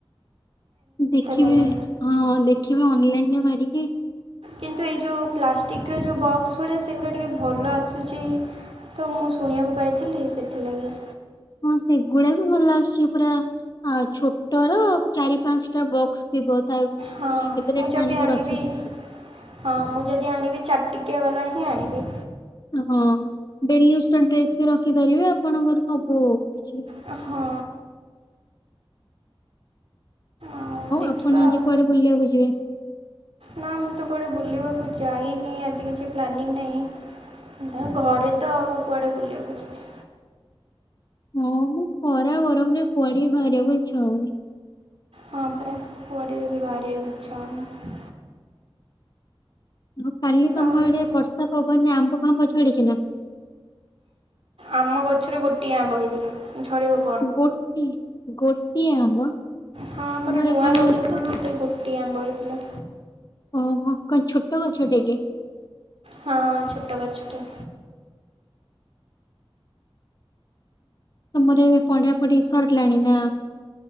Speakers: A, on the left; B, on the right.
A: ଦେଖିବେ।
B: ତାହେଲେ।
A: ହଁ ଦେଖିବେ ଅନଲାଇନରେ ମାରିକି।
B: କିନ୍ତୁ ଏଇ ଜଉ ପ୍ଲାଷ୍ଟିକିର ଯେଉଁ ବକ୍ସ ଭଳିଆ ସେଗୁଡ଼ା ଟିକେ ଭଲ ଆସୁଛି। ତ ମୁଁ ଶୁଣିବାକୁ ପାଇଥିଲି ସେଥିଲାଗି।
A: ହଁ ସେଗୁଡା ବି ଭଲ ଆସୁଛି ପୁରା ଛୋଟର ଚାରି ପାଞ୍ଚଟା ବକ୍ସ। ଥିବ ତା ଏଥିରେ
B: ହଁ ମୁଁ ଯଦି
A: ଟାଣିକି
B: ଆଣିବି
A: ରଖିପାରିବେ।
B: ହଁ ମୁଁ ଯଦି ଆଣିବି ଚାଟଟିକିଆ ବାଲା ହିଁ ଆଣିବି।
A: ହଁ ଡେଲିଉଜର ଡ୍ରେସ ବି ରଖିପାରିବେ ଆପଣଙ୍କର ସବୁ କିଛି।
B: ହଁ। ଆଉ ଦେଖିବା
A: ଆପଣ ଆଜି
B: ଆଉ।
A: କୁଆଡେ ବୁଲିବାକୁ ଯିବେ?
B: ନା ମୁଁ ତ କୁଆଡେ ବୁଲିବାକୁ ଯାଇନି ଆଜି କିଛି ପ୍ଲାନିଂ ନାହିଁ। ନା ଘରେ ତ ଆଉ କୁଆଡ଼େ ବୁଲିବାକୁ ଯିଵି।
A: ହଁମ ଖରା ଗରମରେ କୁଆଡେଵି ବାହାରିବାକୁ ଇଛାହଉନି।
B: ହଁ ପରା କୁଆଡେଵି ବାହାରିବାକୁ ଇଛାହଉନି।
A: ହଁ କାଲି ତମ
B: ଆହୁରି
A: ଆଡେ ବର୍ଷା ପବନରେ ଆମ୍ବ ଫାମ୍ବ ଝଡିଛି ନା।
B: ଆମ ଗଛରେ ଗୋଟିଏ ଆମ୍ବ ହେଇଥିଲା ଝଡିବ କେ।
A: ଗୋଟି ଗୋଟିଏ ଆମ୍ବ।
B: ହଁ ଆମର
A: ତମର
B: ନୂଆଗଛତ
A: କଣ
B: ଗୋଟିଏ ଆମ୍ବ ହେଇଥିଲା।
A: ଓହୋ କଣ ଛୋଟ ଗଛଟେ କି।
B: ହଁ ଛୋଟ ଗଛଟେ।
A: ତମର ଏ ପଢାପଢି ସରିଲାଣି ନା।